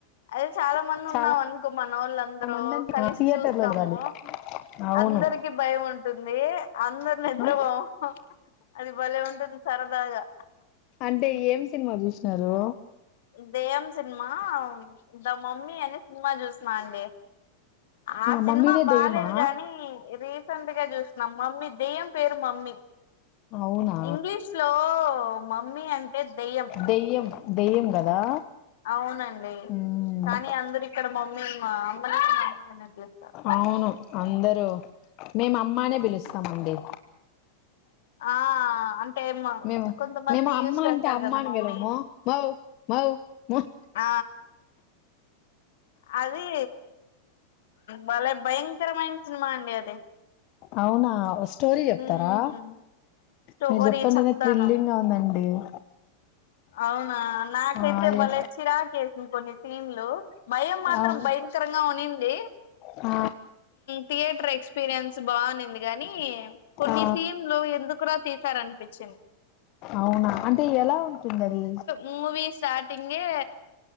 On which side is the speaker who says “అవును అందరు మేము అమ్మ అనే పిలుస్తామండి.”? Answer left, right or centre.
Left